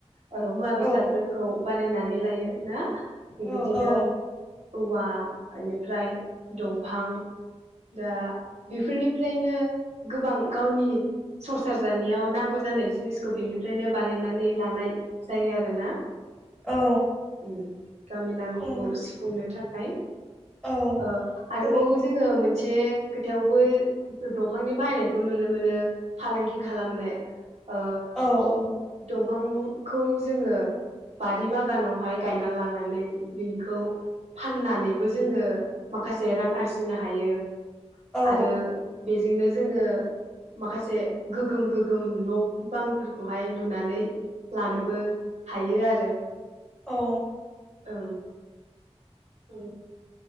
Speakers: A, on the right; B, in the centre.
A: औ मुवा बेसादफोरखौ।
B: औ
A: बानायनानै लायो ना। बेबायदिनो
B: औ औ
A: औवा इनिफ ओमफ्राय दंफां दा बेफोर निफ्रायनो गोबां गावनि संसार जानायाव नांगौ जानाय जिनिसखौ बिनिफ्रायनो बानायनानै लानाय जायो आरोना।
B: औ
A: उम गावनि नांगौखौ
B: औ
A: सुफुंनो थाख फाय
B: औ
A: ओ आरोबाव
B: जों
A: जोङो मोन जे थेवबो दंफांनि बाहायनायखौ नुनो मोनो फालांगि खालामनाय। ओ
B: औ औ
A: दम बिफांखौ जोङो बारि बागानावहाय गायना लानानै बिनिखौ फाननानैबो जोङो माखासे रां आरजिनो हायो।
B: औ
A: आरो बेजोंनो जोङो माखासे गोगोम गोगोम न बांफोरखौहाय लुनानै लानोबो हायो आरो
B: औ
A: औ अ